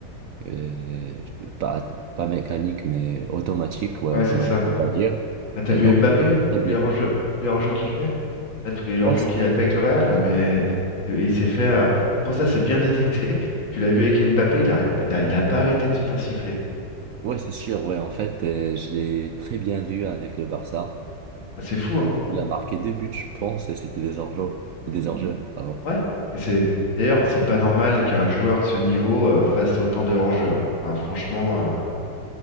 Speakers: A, on the right; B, on the left.
A: euh, pas, pas mécanique, mais automatique, ouais,
B: Ouais,
A: automatique,
B: c'est ça.
A: on va dire.
B: Bah, t'as
A: Et
B: vu
A: donc,
B: Mbappé,
A: très
B: tous
A: bien.
B: les hors-jeux, tous les hors-jeux qu'il fait? Là, tous les hors-jeux
A: Ouais, c'est
B: qu'il a fait avec le Real, là, mais c'est- il s'est fait. euh, C'est pour ça, c'est bien détecté. <laughs> Tu l'as vu avec Mbappé, il arrête, pas- il a il a pas arrêté de se faire siffler.
A: ouais, c'est sûr, ouais, en fait, euh, je l'ai très bien vu avec le Barça.
B: Ah, c'est fou, hein?
A: Il a marqué deux buts, je pense, et c'était des hors-jeu. Des hors-jeu, Mm. pardon.
B: Ouais, mais c'est d'ailleurs, c'est pas normal qu'un joueur de ce niveau euh, fasse autant de hors-jeu. hein. Enfin, franchement, euh,